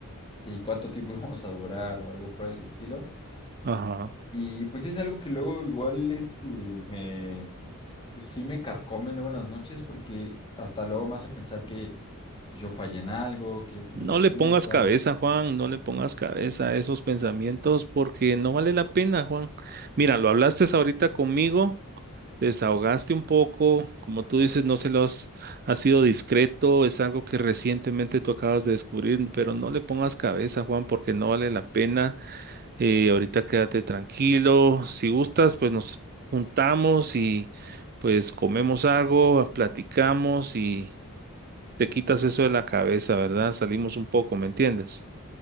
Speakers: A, on the left (about 20°); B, on the right (about 45°).
A: si cuánto tiempo <laughs> íbamos a durar o algo por el estilo.
B: Ajá.
A: Y pues es algo que luego igual este me pues sí me carcome luego en las noches porque hasta luego me hace pensar que pues, yo fallé en algo, que yo tuve
B: No
A: la
B: le
A: culpa.
B: pongas cabeza, Juan, no le pongas cabeza a esos pensamientos porque no vale la pena, Juan. Mira, lo hablaste ahorita conmigo, te desahogaste un poco, como tú dices, no se los has has sido discreto, es algo que recientemente tú acabas de descubrir, pero no le pongas cabeza, Juan, porque no vale la pena. Eh, ahorita quédate tranquilo, si gustas, pues nos juntamos y pues comemos algo, platicamos y te quitas eso de la cabeza, ¿verdad? Salimos un poco, ¿me entiendes?